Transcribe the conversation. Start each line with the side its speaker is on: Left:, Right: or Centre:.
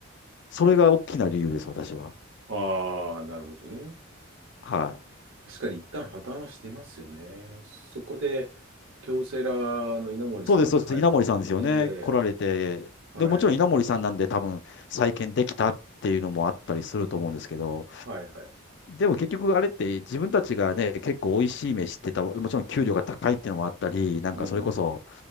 Left: それが大きな理由です、私は。
Right: ああ、なるほどね。
Left: はい。
Right: 確かに一旦破綻はしてますよね。そこで、京セラの稲森さんが入っ
Left: そうです、そうです。稲森さんですよね。
Right: て、
Left: 来られて。
Right: はい、
Left: で、もちろん稲森さんなんで多分再建できたっていうのもあったりすると思うんですけど、
Right: はい、はい。
Left: でも結局あれって自分たちがね、結構美味しい飯ってた、もちろん給料が高いっていうのもあったり、なんかそれこそ
Right: うん。